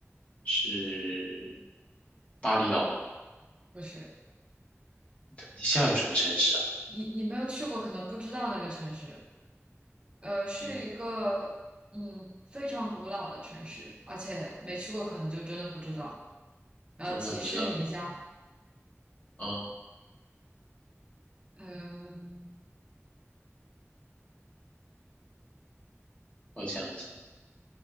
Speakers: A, on the left (about 25°); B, on the right (about 20°).
A: 是巴厘岛吗？
B: 不是，
A: 印度尼西亚有什么城市啊？
B: 你你没有去过，可能不知道那个城市，呃，是一个嗯非常古老的城市，
A: 嗯，
B: 而且没去过，可能就真的不知道。然后提示你一下
A: 真的不知道。嗯，
B: 嗯，
A: 我想一想，